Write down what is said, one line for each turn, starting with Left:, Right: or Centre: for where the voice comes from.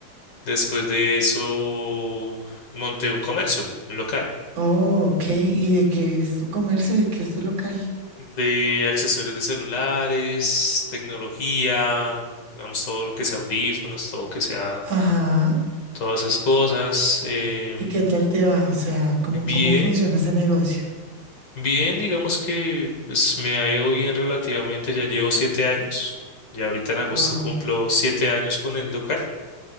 Left: Después de eso, monté un comercio, un local
Right: Oh, ok. ¿Y de qué es tu comercio? ¿De qué es tu local?
Left: de accesorios de celulares, tecnología, digamos, todo lo que sea audífonos, todo que sea,
Right: Ajá.
Left: todas esas cosas. em,
Right: ¿Y qué tal te va? O sea, ¿cómo,
Left: bien,
Right: cómo funciona ese negocio?
Left: bien, digamos que pues, me ha ido bien relativamente, ya llevo siete años, y ahorita en agosto
Right: Wow.
Left: cumplo siete años con el local,